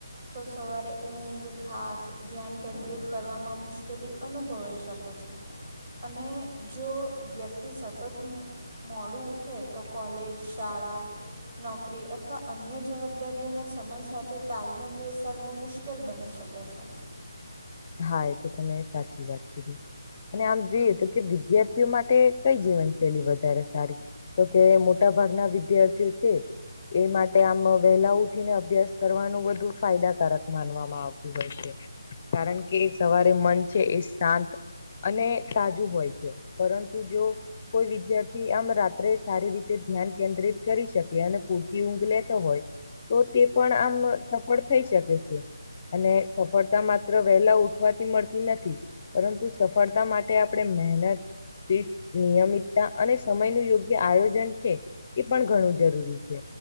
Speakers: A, on the right (about 30°); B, on the left (about 20°).
A: તો સવારે ઊંઘ, થાક, ધ્યાન કેન્દ્રિત કરવામાં મુશ્કેલી અનુભવાઈ શકે.
B: <inaudible>
A: અને જો, ક્તી સતત મું મોડું ઉઠે તો કોલેજ, શાળા, નોકરી અથવા અન્ય જવાબદારીઓના સમય સાથે તાલમેલ બેસાડવો મ મુકેલ બની શકે છે.
B: હા એ તો તમે સાચી વાત કીધી. અને આમ જોઈએ તો કે વિદ્યાર્થીઓ માટે કઈ જીવનશૈલી વધારે સારી. તો કે મોટા ભાગના વિદ્યાર્થીઓ છે. એ માટે આમ વહેલા ઉઠીને અભ્યાસ કરવાનું વધુ ફાયદાકારક માનવામાં આવતું હોય છે. કારણ કે સવારે મન છે એ શાંત, અને તાજું હોય છે પરંતુ જો કોઈ વિદ્યાર્થી આમ રાત્રે સારી રીતે ધ્યાન કેન્દ્રિત કરી શકે અને પૂરતી ઊંઘ લેતો હોય. તો તે પણ આમ સફળ થઈ શકે છે. અને સફળતામાં <unintelligible> વહેલા ઉઠવાથી મળતી નથી પરંતુ સફળતા માટે આપડે મહેનત. <unintelligible> નિયમિતતા અને સમયનું યોગ્ય આયોજન છે. એ પણ ઘણું જરૂરી છે.